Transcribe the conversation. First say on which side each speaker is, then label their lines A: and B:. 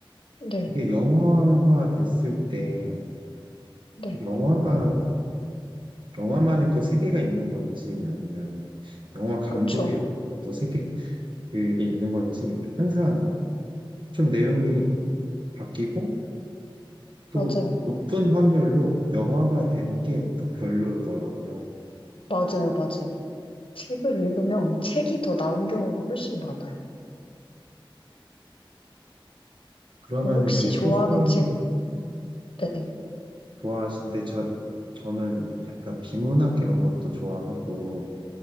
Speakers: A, on the left; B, on the right.
A: 네.
B: 이게 영화화 됐을 때
A: 네.
B: 영화가 영화만의 또 세계가 있는 건지 아니면 영화 감독의
A: 그쵸.
B: 어떤 또 세계 <laughs> 그게 있는 건지 항상 좀 내용이 바뀌고 또
A: 맞아요.
B: 높은 확률로 영화가 된 게 더 별로더라고요.
A: 맞아요. 맞아요. 책을 읽으면 책이 더 나은 경우가 훨씬 많아요.
B: 그러면은
A: 그럼 혹시
B: 이제
A: 좋아하는
B: 소설
A: 책, 네.
B: 좋아하시는데 저 저는 약간 비문학 이런 것도 좋아하고